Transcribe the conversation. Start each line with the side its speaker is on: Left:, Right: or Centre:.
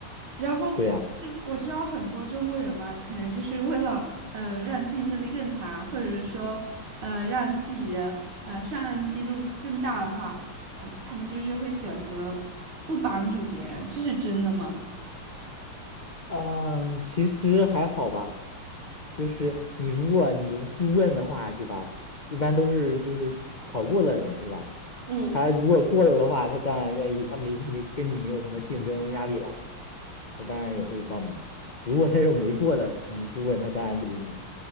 Right: 然后就我知道很多中国人嘛，
Left: 对呀、
Right: 可能就是为了嗯、呃让竞争力更强，或者是说呃让自己的呃上岸记录更大的话，嗯、呃他们就是会选择不帮助别人，这是真的吗？
Left: 嗯，其实还好吧，就是你如果你去问的话，是吧？一般都是就是考过的人，是吧？
Right: 嗯，
Left: 他如果过了的话，他当然愿意，他没没跟你没有什么竞争压力了，他当然也会帮忙。如果那种没过的，你去问他，当然不理你。